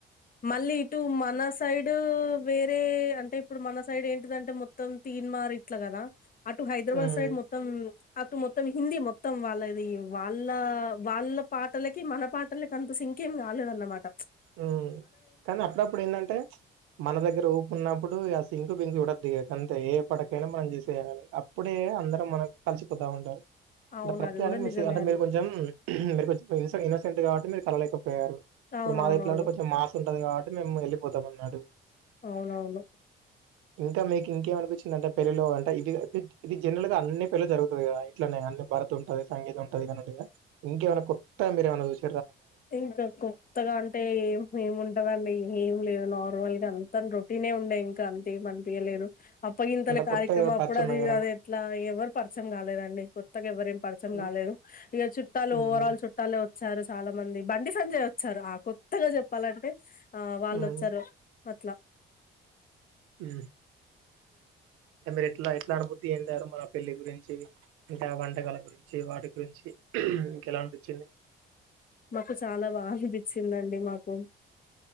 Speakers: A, on the left; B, on the right.
A: మళ్ళీ ఇటు మన సైడూ వేరే అంటే ఇపుడు మన సైడే ఏంటిదంటే మొత్తం తీన్మార్ ఇట్లా గదా అటు హైద్రాబాద్
B: హ్మ్
A: సైడ్ మొత్తం అట్ మొత్తం హిందీ మొత్తం వాళ్ళది వాళ్ళ వాళ్ళ పాటలకి మన పాటలకి అంత సింకేం గాలేదన్నమాట
B: హ్మ్. కానీ అపుడప్పుడు ఏందంటే ప్చ్ మన దగ్గర ఊపు ఉన్నప్పుడు ఆ సింగ్ చూడొద్దు ఇగా అంతే ఏ పడకైనా మనం జేసేయాలి అప్పుడే అందరం మనం కల్సిపోతా ఉంటారు
A: అవును
B: నా ప్రత్దానికి
A: అది కూడా
B: మీరు
A: నిజమే
B: సింక్ అంటే
A: అది
B: మీరు కొంచెం మీరు కొంచం ఇన్నోసెంట్ గవటికి మీరు కలవలేకపోయారు
A: అవునవునవును
B: ఇపుడు మాది ఎట్లాంటే కొంచెం మాస్ ఉంటది కావట్టి మేం ఎళ్ళిపోతమన్నాడు
A: అవునవును
B: ఇంకా మీకు ఇంకేమనిపించి ఏందంటే పెళ్లిలో అంటే ఇది ఇద్ ఇది జెనర్ల్ గా అన్ని పెళ్ళిలో జరుగుతది గదా ఇట్లనే అన్ని భారతుంటది సంగీత్ ఉన్ టదిగన్నట్టుగా ఇంకెవన్న కొత్తగా మీరెవన్న జూశిర్
A: ఇంకా కొత్తగా అంటే ఏం ఏముంటదండి ఏం లేదు నార్ హోల్గంతర్ రొటీనే ఉంటే అంత అంతేమనిపియలేదు అప్పగింతల
B: అంటే
A: కార్యక్రమంప్పుడు
B: కొత్తగా పరిచయం
A: అది
B: అయ్యారా?
A: అది ఎట్లా ఎవ్వరు పర్చం గాలేదండి కొత్తగ ఎవ్వరేం పర్చం
B: హ్మ్.
A: కాలేదు ఇగ చుట్టాలు
B: హ్మ్.
A: ఓవరాల్ చుట్టాలే ఉండే వచ్చారు చాలా మంది బండి సంజయ్ ఓచ్చారు ఆ కొత్తగా జేప్పాలంటే ఆ వాల్లోచారు
B: ఉమ్
A: అట్ల
B: మ్మ్ అట్ మీరె ఎట్లా ఎట్లా అనబుద్ధి ఐందారు మన పెళ్లి గురించి ఇంకా వంటకాల గురించి వాటి గురించి మీకెలా అన్పించింది
A: మాకు చాలా బాగానిపించిందండి మాకు